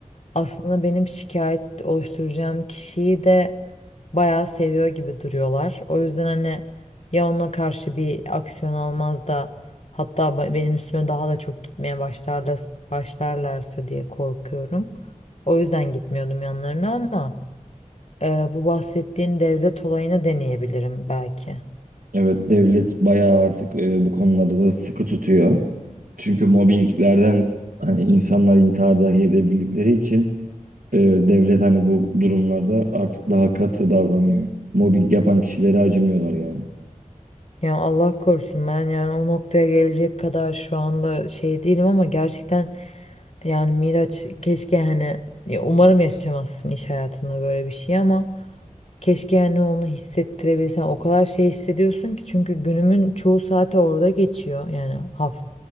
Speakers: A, on the left (about 50°); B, on the right (about 80°).
A: aslında benim şikayet oluşturacağım kişiyi de bayağı seviyor gibi duruyorlar. O yüzden hani ya ona karşı bir aksiyon almaz da hatta ba- benim üstüme daha da çok gitmeye başlarlar, başlarlarsa diye korkuyorum. O yüzden gitmiyordum yanlarına ama ee, bu bahsettiğin devlet olayını deneyebilirim belki.
B: Evet, devlet bayağı artık e, bu konularda da sıkı tutuyor. Çünkü mobbinglerden hani insanlar intihar dahi edebildikleri için e, devlet hani bu durumlarda artık daha katı davranıyor. Mobbing yapan kişilere acımıyorlar yani.
A: Ya Allah korusun ben yani o noktaya gelecek kadar şu anda şey değilim ama gerçekten yani Miraç keşke hani ya umarım yaşamazsın iş hayatında böyle bir şey ama keşke hani onu hissettirebilsen o kadar şey hissediyorsun ki çünkü günümün çoğu saati orada geçiyor yani haft